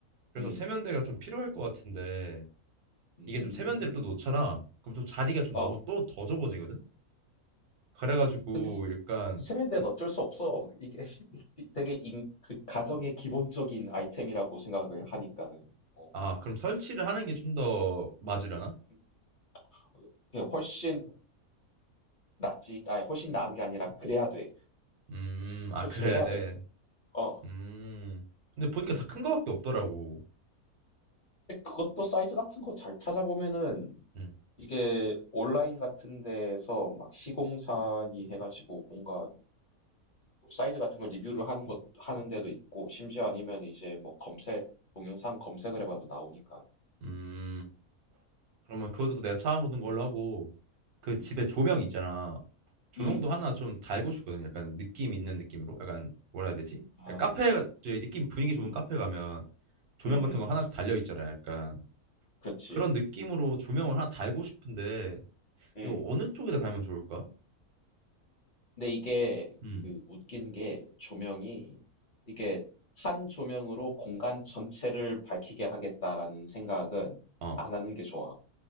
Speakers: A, on the right; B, on the left.
A: 그래서
B: 음.
A: 세면대가 좀 필요할 것 같은데
B: 음. 음.
A: 이게 좀 세면대를 또 놓쳐라 그럼 좀 자리가 좀
B: 어.
A: 너무 또 더 좁아지거든 그래가지고
B: 근데 스
A: 약간
B: 세면대는
A: 좀
B: 어쩔 수 없어. 이게 <laughs> 되게 인 그 가정의 기본적인 아이템이라고 생각을 하니까는. 어.
A: 아, 그럼 설치를 하는 게 좀 더 맞으려나?
B: 음. 어 그냥 훨씬 낫지. 아 훨씬 나은 게 아니라 그래야 돼.
A: 음, 아,
B: 설치를
A: 그래야
B: 해야
A: 돼.
B: 돼. 어.
A: 음. 근데 보니까 다 큰 거밖에 없더라고.
B: 근데 그것도 사이즈 같은 거 잘 찾아보면은
A: 음.
B: 이게 온라인 같은 데서 막 시공사니 해가지고 뭔가 사이즈 같은 거 리뷰를 하는 것 하는 데도 있고 심지어 아니면 이제 뭐 검색 동영상 검색을 해봐도 나오니까.
A: 음. 그러면 그것도 내가 찾아보는 걸로
B: 음.
A: 하고 그
B: 음.
A: 집에 조명 있잖아. 조명도
B: 음.
A: 하나 좀 달고 싶거든. 약간 느낌 있는 느낌으로. 약간 뭐라 해야 되지?
B: 아.
A: 약간 카페 가- 저기 느낌 분위기 좋은
B: 음.
A: 카페 가면 조명
B: 음.
A: 같은
B: 음.
A: 거 하나씩 달려 있잖아. 약간
B: 그렇지.
A: 그런 느낌으로 조명을 하나 달고 싶은데
B: 음.
A: 이거 어느 쪽에다 달면 좋을까?
B: 근데 이게
A: 음.
B: 그 웃긴 게 조명이 이게 한 조명으로 공간 전체를 밝히게 하겠다라는 생각은
A: 어.
B: 안 하는 게 좋아.